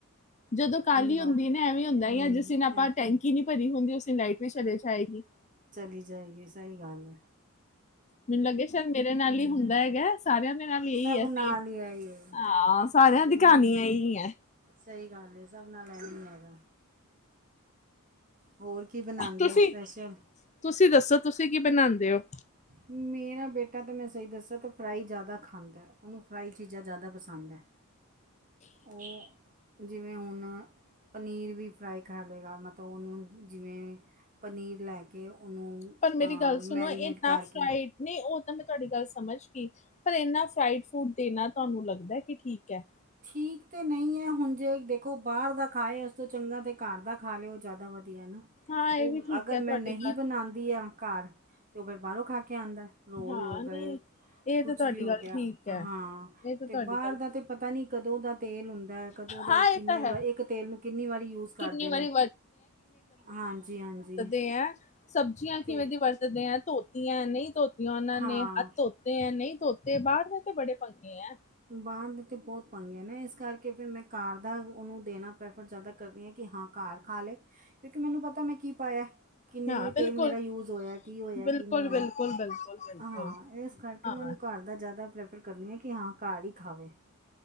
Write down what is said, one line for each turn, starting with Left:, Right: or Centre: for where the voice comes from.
Left: ਜਦੋਂ ਕਾਹਲੀ
Right: ਲਾਓ
Left: ਹੁੰਦੀ
Right: ਤੇ
Left: ਨਾ, ਐਵੇਂ ਹੁੰਦਾ
Right: ਹੂੰ
Left: ਆ ਕਿਸੀ ਨਾਲ
Right: ਐਵੇਂ
Left: ਬੰਨ ਜਾਈਏ ਕੀ ਨਹੀਂ ਭਰੀ ਹੁੰਦੀ, ਉਸਦੀ ਲਾਈਟ ਵੀ ਚਲੇ ਜਾਏਗੀ
Right: ਚਲੀ ਜਾਏਗੀ, ਸਹੀ ਗੱਲ ਏ
Left: ਮੈਨੂੰ ਲੱਗੇ ਸ਼ਾਇਦ ਮੇਰੇ ਨਾਲ
Right: ਹੂੰ
Left: ਹੀ ਹੁੰਦਾ ਹੈਗਾ। ਸਾਰਿਆਂ ਦੇ ਨਾਲ ਇਹੀ
Right: ਸਭ
Left: ਆ, ਸੇਮ
Right: ਨਾਲ ਹੀ ਹੈ ਇਹ
Left: ਹਾਂ ਸਾਰਿਆਂ
Right: ਜਿੰਨੀ
Left: ਦੀ, ਕਹਾਣੀ
Right: ਵੀ
Left: ਏਹੀ ਹੈ
Right: ਸਹੀ ਗੱਲ ਹੈ, ਸਭ ਨਾਲ ਐਵੇਂ ਹੀ ਹੈਗਾ ਹੋਰ ਕੀ ਬਣਾਦੇ
Left: ਤੁਸੀਂ
Right: ਹੋ ਸਪੈਸ਼ਲ?
Left: ਤੁਸੀਂ ਦੱਸੋ, ਤੁਸੀਂ ਕੀ ਬਣਾਦੇ ਹੋ?
Right: ਮੇਰਾ ਬੇਟਾ, ਤਾਂ ਮੈਂ ਸਹੀ ਦਸਾਂ ਤਾਂ ਫਰਾਈ ਜ਼ਿਆਦਾ ਖਾਂਦਾ, ਉਹਨੂੰ ਫਰਾਈ ਚੀਜ਼ਾਂ, ਜ਼ਿਆਦਾ ਪਸੰਦ ਐ ਉਹ, ਜਿਵੇਂ ਹੁਣ ਪਨੀਰ ਵੀ ਫਰਾਈ ਕਰ ਲਏਗਾ, ਮਤਲਬ ਉਹਨੂੰ ਜਿਵੇਂ ਪਨੀਰ ਲੈ ਕੇ ਕਿ ਉਹਨੂੰ,
Left: ਪਰ ਮੇਰੀ
Right: ਹਾਂ
Left: ਗੱਲ
Right: ਮੈਰੀਨੇਟ
Left: ਸੁਣੋ ਇੰਨਾ
Right: ਕਰਕੇ
Left: ਫਰਾਈਡ ਨਹੀਂ ਉਹ ਤਾਂ ਮੈਂ, ਤੁਹਾਡੀ ਗੱਲ ਸਮਝ ਰਹੀ, ਪਰ ਇੰਨਾ ਫਰਾਈਡ- ਫਰੂਡ ਦੇਣਾ ਤੁਹਾਨੂੰ ਲੱਗਦਾ ਕਿ, ਠੀਕ ਹੈ
Right: ਠੀਕ ਤਾਂ ਨਹੀਂ ਹੈ, ਹੁਣ ਜੇ ਦੇਖੋ ਬਾਹਰ ਦਾ ਖਾਏ ਇਸ ਤੋਂ ਚੰਗਾ, ਤਾਂ ਘਰ ਦਾ ਖਾ ਲਏ, ਤੇ ਉਹ ਜ਼ਿਆਦਾ ਵਧੀਆ
Left: ਹਾਂ ਇਹ
Right: ਉਹ
Left: ਵੀ ਠੀਕ
Right: ਅਗਰ
Left: ਹੈ ਤੁਹਾਡੀ
Right: ਮੈਂ ਨਹੀਂ
Left: ਗੱਲ
Right: ਬਣਾਦੀ ਆ ਘਰ, ਤੇ ਉਹ ਫੇਰ ਬਾਹਰੋਂ ਖਾ ਕੇ ਆਦਾ ਰੋਲ
Left: ਹਾਂ
Right: ਹੋ
Left: ਨਹੀਂ
Right: ਗਏ,
Left: ਇਹ
Right: ਕੁਛ
Left: ਤਾਂ ਤੁਹਾਡੀ
Right: ਵੀ ਹੋ
Left: ਗੱਲ
Right: ਗਿਆ
Left: ਠੀਕ ਹੈ
Right: ਹਾਂ।
Left: ਇਹ ਤਾਂ
Right: ਅਤੇ
Left: ਤੁਹਾਡੀ
Right: ਬਾਹਰ
Left: ਗੱਲ
Right: ਦਾ ਤਾਂ ਪਤਾ ਨਈ, ਕਦੋਂ ਦਾ ਤੇਲ ਹੁੰਦਾ ਲੈ ਕਦੋਂ ਦੇ
Left: ਹਾਂ ਇਹ
Right: ਕਿੰਨੇ
Left: ਤਾਂ ਹੈ
Right: ਵਈ, ਇੱਕ ਤੇਲ ਨੂੰ ਕਿੰਨੀ ਵਾਰੀ ਯੂਜ ਕਰਦੇ
Left: ਕਿੰਨੀ ਵਾਰੀ
Right: ਨੇ ਹਾਂਜੀ- ਹਾਂਜੀ
Left: ਏ ਆਂ, ਸਬਜ਼ੀਆਂ
Right: ਅਤੇ
Left: ਕਿਵੇਂ ਦੀ ਬੰਨ ਗੰਦੀਆਂ ਧੋਤੀਆਂ ਨਈ, ਧੋਤੀਆਂ ਉਹਨਾਂ
Right: ਹਾਂ
Left: ਨੇ, ਅੱਜ ਧੋਤੀਆ ਨਹੀ ਧੋਤੇ, ਬਾਹਰ ਦੇ ਤੇ, ਬੜੇ ਪੰਗੇ ਆ
Right: ਬਾਹਰ ਦੇ ਤਾਂ ਬਹੁਤ ਪੰਗੇ ਨੇ, ਇਸ ਕਰਕੇ ਫਿਰ ਮੈਂ ਕਾਰ ਦਾ ਉਨੂੰ ਦੇਣਾ, ਪ੍ਰੈਫਰ ਜ਼ਿਆਦਾ ਕਰਦੀ ਹਾਂ, ਕਿ ਹਾਂ ਘਰ ਖਾ ਲਏ, ਕਿਉਂਕਿ ਮੈਨੂੰ, ਪਤਾ ਮੈਂ ਕੀ ਪਾਇਆ ਕਿੰਨੀ
Left: ਹਾਂ
Right: ਵਾਰੀ, ਤੇਲ
Left: ਬਿਲਕੁਲ
Right: ਮੇਰਾ ਯੂਜ਼ ਹੋਇਆ ਕੀ ਹੋਇਆ
Left: ਬਿਲਕੁਲ
Right: ਕੀ ਨਹੀਂ ਹੋਇਆ
Left: ਬਿਲਕੁਲ ਬਿਲਕੁਲ ਬਿਲਕੁਲ
Right: ਹਾਂ, ਇਸ ਕਰਕੇ
Left: ਹਾਂ
Right: ਮੈਨੂੰ ਘਰ ਮੈ ਜ਼ਿਆਦਾ, ਪ੍ਰੈਫਰ ਕਰਦੀ ਹਾਂ ਕਿ, ਹਾਂ ਘਰ ਹੀ ਖਾਵੇ